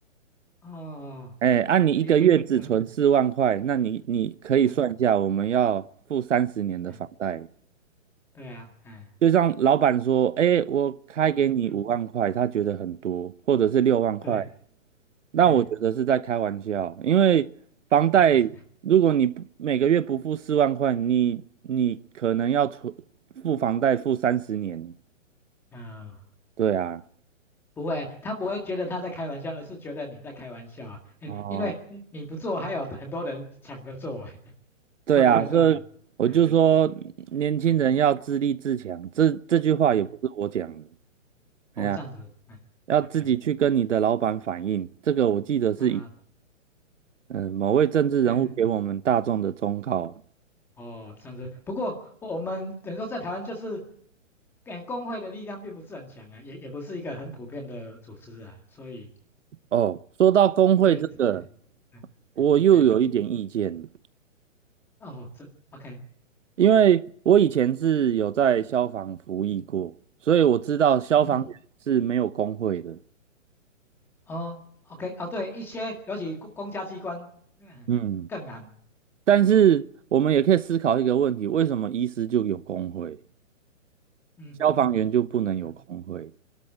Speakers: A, in the centre; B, on the right.
A: 哦，
B: 哎，按、你一个月只存四万块，
A: 一个人对，哎
B: 那你你可以算一下，
A: 对，
B: 我们要付三十年的房贷。
A: 哎对啊，哎
B: 就像老板说，哎，我开给你五万块，
A: 嗯嗯
B: 他觉得很多，或者是六万块。
A: 对，
B: 那我觉得是在开玩笑，
A: 哎
B: 因为房贷，
A: <laughs>
B: 如果你不每个月不付四万块，你你可能要存付房贷付三十年。
A: 嗯、呃
B: 对啊，
A: 不会，他不会觉得他在开玩笑，而是觉得你在开玩笑啊，<laughs> 哎因为你你不做，
B: 哦，
A: 还有很多人抢着做，<laughs> 哎
B: 对啊，
A: 会不会这样子？
B: 所以我就说年轻人要自立自强，
A: <laughs> 嗯嗯。
B: 这这句话也不是我讲的，
A: 嗯，
B: 哎呀，
A: 哦，这样子，哎，OK，
B: 要自己去跟你的老板反映。这个我记得是以
A: 嗯
B: 嗯、呃某位政治人物给我们大众的忠告。
A: 嗯，哦，这样子。不过我们等于说在台湾就是，哎，工会的力量并不是很强啊，也也不是一个很普遍的组织啊，所以
B: 哦，说到工会这个，
A: 所以，哎哎哎，
B: 我又有一点意见。
A: 哎哦，这 OK，
B: 因为我以前是有在消防服役过，所以我知道消防员是没有工会的。
A: 嗯，哦，OK，哦，对，一些尤其公公家机关，嗯，
B: 嗯，
A: 更难，
B: 但是我们也可以思考一个问题：为什么医师就有工会，
A: 嗯嗯，
B: 消防员就不能有工会？
A: 嗯